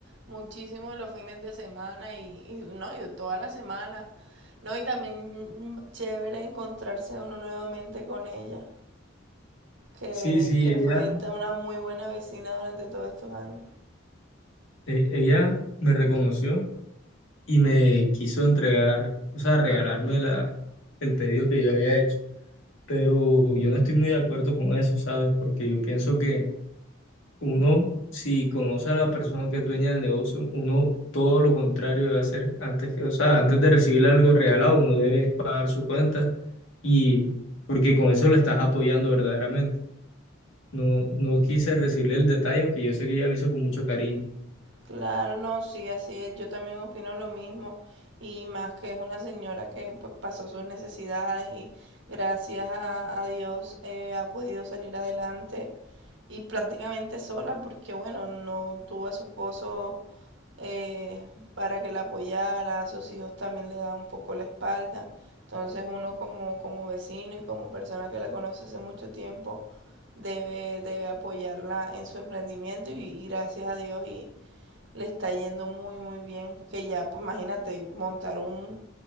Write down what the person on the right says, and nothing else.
muchísimo los fines de semana y, y no, y toda la semana. No, y también mm, chévere encontrarse uno nuevamente con ella, que,
que
fue una muy buena vecina durante todos estos años.
Claro, no, sí, así es. Yo también opino lo mismo. Y más que es una señora que pues pasó sus necesidades y gracias a, a Dios eh, ha podido salir adelante y prácticamente sola porque bueno, no tuvo a su esposo eh, para que la apoyara, a sus hijos también le daba un poco la espalda. Entonces uno como, como vecino y como persona que la conoce hace mucho tiempo debe, debe apoyarla en su emprendimiento y, y gracias a Dios y le está yendo muy, muy bien. Que ya, pues imagínate, montar un,